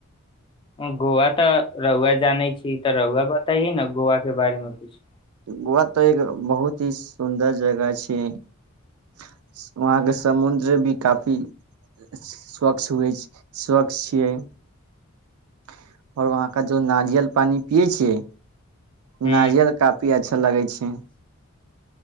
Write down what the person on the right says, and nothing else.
गोवा तऽ एक बहुत ही सुन्दर जगह छै त वहाँक समुद्र सेहो काफी स्वच्छ छै ने? आओर वहाँक जोन नारियल पानि पियै छियै।
नाजियल कफ अच्छा लागै छै।